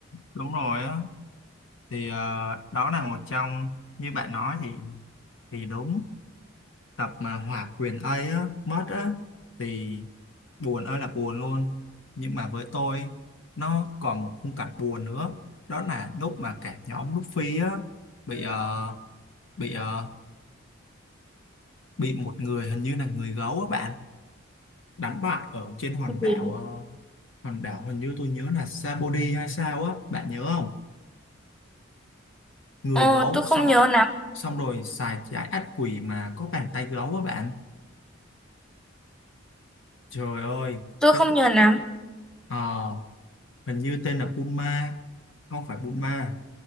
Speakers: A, on the left; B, in the centre.
A: đúng rồi á thì à, đó là một trong như bạn nói thì thì đúng tập mà hỏa quyền ấy á, mất á thì buồn ơi là buồn luôn nhưng mà với tôi nó còn một khung cảnh buồn nữa đó là lúc mà cả nhóm Luffy á bị ờ, bị ờ, bị một người hình như là người gấu á bạn đánh bại ở trên hòn
B: Cái
A: đảo ờ, hòn đảo hình như tôi nhớ là Sabody hay sao á bạn nhớ không người
B: ờ
A: gấu
B: tôi không
A: xong
B: nhớ lắm
A: xong rồi xài trái ác quỷ mà có bàn tay gấu á bạn trời ơi
B: tôi
A: cái
B: không
A: khu-
B: nhớ lắm
A: Ờ hình như tên là Puma không phải Puma